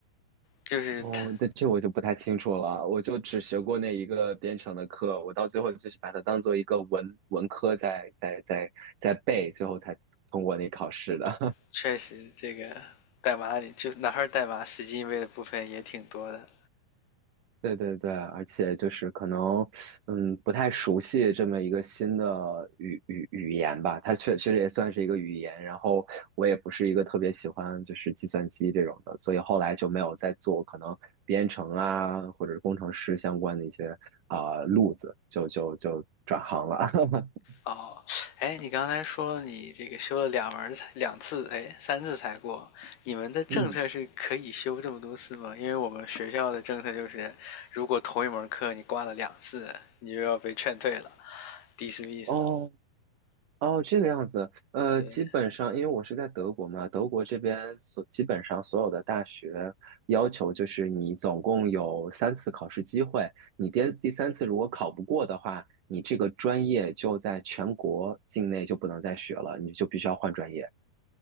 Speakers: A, on the left; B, on the right.
A: 就是它
B: 哦，那这我就不太清楚了，我就只学过那一个编程的课，我到最后就是把它当做一个文文科在在在在背，最后才通过那考试的。
A: 确实，这个代码里就哪块代码死记硬背的部分也挺多的。
B: 对对对，而且就是可能，嗯，不太熟悉这么一个新的语语语言吧，它确确实也算是一个语言。然后我也不是一个特别喜欢就是计算机这种的，所以后来就没有再做可能编程啊或者是工程师相关的一些啊、路子，就就就转行了。<laughs>
A: 哦，哎，你刚才说你这个修了两门两次，哎，三次才过。你们的政策是可以修这么多次吗？
B: 嗯，
A: 因为我们学校的政策就是，如果同一门课你挂了两次，你就要被劝退了，dismiss
B: 哦。
A: 了。
B: 哦，这个样子，呃，
A: 对，
B: 基本上因为我是在德国嘛，德国这边所基本上所有的大学要求就是你总共有三次考试机会，你第第三次如果考不过的话，你这个专业就在全国境内就不能再学了，你就必须要换专业。